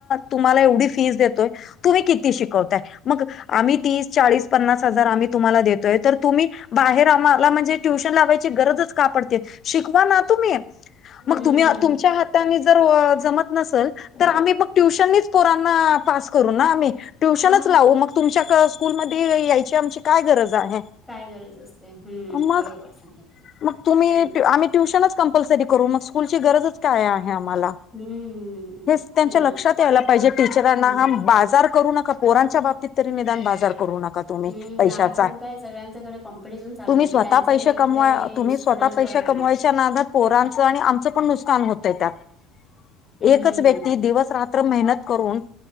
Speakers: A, on the left; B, in the centre.
A: तुम्हाला एवढी फीज देतोय. तुम्ही किती शिकवताय मगं. आम्ही तीस चाळीस पन्नास हजार आम्ही तुम्हाला देतोय, तर तुम्ही बाहेर आम्हाला म्हणजे ट्यूशन लावायची. ची ही गरजच का पडते, शिकवा ना तुम्ही मग
B: हम्म
A: तुमचे हात त्यांनी जर जमत नसेल तर, आम्ही मग ट्युशननीच पोरांना पास करू ना आम्ही. ट्युशनच
B: हा
A: लावू मग तुमच्या, स्कूलमध्ये यायची आमची काय गरज आहे.
B: काय गरज असते हम्म
A: मग,
B: बरोबर सांगितलं
A: मग तुम्ही
B: हम्म
A: आम्ही ट्युशन चं. कंपल्सरी करू मग, स्कूलची गरजच काय आहे आम्हाला.
B: हम्म
A: हेच त्यांच्या
B: हो
A: लक्षात यायला पाहिजे, टीचर यांना
B: हम्म
A: हा बाजार. करू नका पोरांच्या बाबतीत तरी निदान बाजार करू नका. तुम्ही
B: हम्म
A: पैशाचा
B: आजकाल काय सगळ्यांच्याकडे कॉम्पिटिशन चाललंय
A: तुम्ही
B: की
A: स्वतः
B: त्यांचे
A: पैसे कमवा,
B: ते
A: तुम्ही
B: स्टुडंट
A: स्वतः पैसे
B: हम्म
A: कमवायचे. च्या नादात पोरांचं आणि आमचं, पण नुकसान होतंय एकच
B: हम्म
A: व्यक्ती
B: हम्म
A: दिवस रात्र. त्र मेहनत करून,